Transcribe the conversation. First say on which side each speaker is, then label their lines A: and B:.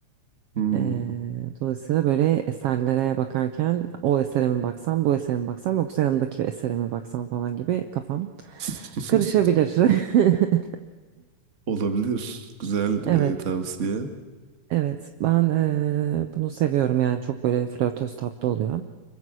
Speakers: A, on the right; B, on the right.
A: Hmm.
B: Eee, dolayısıyla böyle eserlere bakarken o esere mi baksam, bu esere mi baksam yoksa yanımdaki esere mi baksam falan gibi kafam
A: <laughs>
B: karışabilir. <laughs>
A: Olabilir. Güzel
B: Evet,
A: e, tavsiye.
B: evet. Ben eee, bunu seviyorum yani çok böyle flörtöz tatlı oluyor.